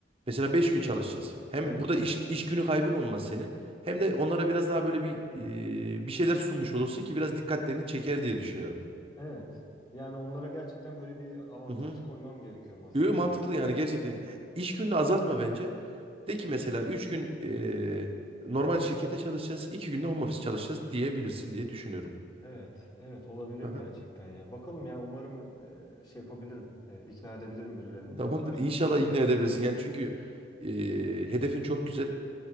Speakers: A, on the right (about 35°); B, on the left (about 25°).
A: Mesela 5 gün çalışacağız. Hem
B: Evet.
A: burada iş, iş günü kaybın olmaz senin. Hem de onlara biraz daha böyle bir e, bir şeyler sunmuş olursun ki biraz dikkatlerini çeker diye düşünüyorum.
B: Evet. Yani onlara gerçekten böyle bir avantaj
A: Hı hı.
B: koymam gerekiyor masaya
A: yo, mantıklı
B: sanki.
A: yani gerçekten. E, İş gününü azaltma bence. De ki mesela 3 gün eee, normal şirkete çalışacağız, 2 günde home office çalışacağız diyebilirsin diye düşünüyorum.
B: Evet, evet olabilir
A: Aha.
B: gerçekten ya. Bakalım ya umarım e, şey yapabilirim, e, ikna edebilirim birilerini de
A: Tamamdır.
B: başlayabilirim.
A: İnşallah ikna edebilirsin. Yani çünkü eee, hedefin çok güzel.